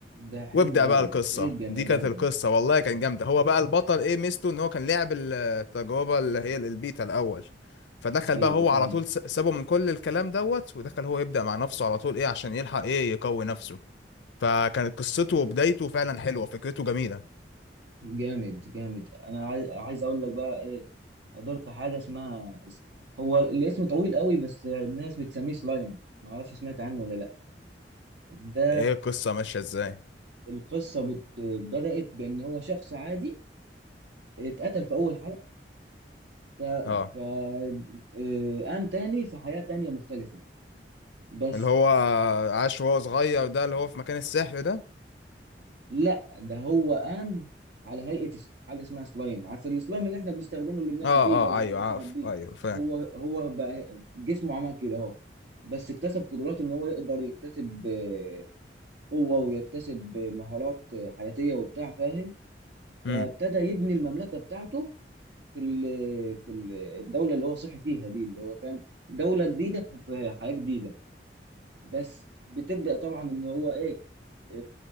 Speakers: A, on the right; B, on the left.
A: ده حلو
B: وابدأ
A: قوي
B: بقى القصة
A: ده ايه الجمدان
B: دي كانت القصة
A: ده
B: والله كان جامدة هو بقى البطل ايه ميزته ان هو كان لعب ال- التجربة اللي هي البيتا الأول فدخل
A: ايوه
B: بقى هو
A: فاهمه
B: على طول س- سابه من كل الكلام دوت ودخل هو يبدأ مع نفسه على طول ايه عشان يلحق ايه يقوي نفسه فكانت قصته وبدايته فعلا حلوة فكرته جميلة
A: جامد جامد انا عايز عايز اقول لك بقى ايه حضرت حاجه اسمها هو الاسم طويل قوي بس الناس بتسميه سلايم معرفش سمعت عنه ولا لا ده
B: ايه القصة ماشية ازاي
A: القصة بت... بدأت بإن هو شخص عادي اتقتل في أول حلقة ف...
B: اه
A: ف... آه، قام تاني في حياة تانية مختلفة بس
B: اللي هو عاش وهو صغير ده اللي هو في مكان السحر ده
A: لا ده هو قام على هيئة اس- حاجة اسمها سلايم عارف السلايم اللي احنا بنستخدمه اللي بنلعب
B: اه
A: بيه ده العيال
B: اه ايوه
A: بتلعب
B: عارف
A: بيه
B: ايوه فاهم
A: هو هو بقى جسمه عمل كده اهو بس اكتسب قدرات ان هو يقدر يكتسب آه، قوة ويكتسب آه، مهارات آه، حياتية وبتاع فاهم فابتدى
B: امم
A: يبني المملكة بتاعته في ال- في ال- الدوله اللي هو صحي فيها دي اللي هو فاهم دوله جديده في في حياه جديده بس بتبدا طبعا ان هو ايه آه،